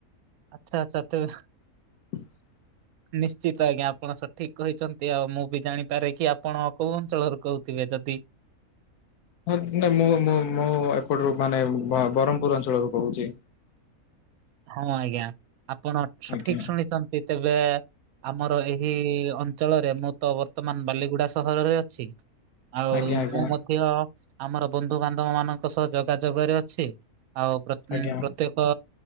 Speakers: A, on the right (about 70°); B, on the left (about 85°).
A: ଆଚ୍ଛା ଆଚ୍ଛା ତେବେ
B: <inaudible>
A: ନିଶ୍ଚିତ ଆଜ୍ଞା ଆପଣ ସଠିକ୍ କହିଚନ୍ତି ଆଉ ମୁଁ ବି ଜାଣିପାରେ କି ଆପଣ କୋଉ ଅଞ୍ଚଳରୁ କହୁ ଥିଲେ ଯଦି
B: ହଁ ନାଁ ମୁଁ ମୁଁ ମୁଁ ଏପଟରୁ ମାନେ ବ୍ରହ୍ମପୁର୍ ଅଞ୍ଚଳରୁ କହୁଛି।
A: ହଁ ଆଜ୍ଞା ଆପଣ ସଠିକ୍
B: ଆଜ୍ଞା।
A: ଶୁଣିଚନ୍ତି ତେବେ ଆମର ଏହି ଅଞ୍ଚଳରେ ମୁଁ ତ ବର୍ତ୍ତମାନ୍ ବାଲିଗୁଡ଼ା ସହରରେ ଅଛି। ଆଉ
B: ଆଜ୍ଞା ଆଜ୍ଞା
A: ମୁଁ ମଧ୍ୟ ଆମର ବନ୍ଧୁ ବାନ୍ଧବ ମାନଙ୍କ ସହ ଯୋଗାଯୋଗରେ ଅଛି ଆଉ ପ୍ରତ୍
B: ଆଜ୍ଞା
A: ପ୍ରତ୍ୟେକ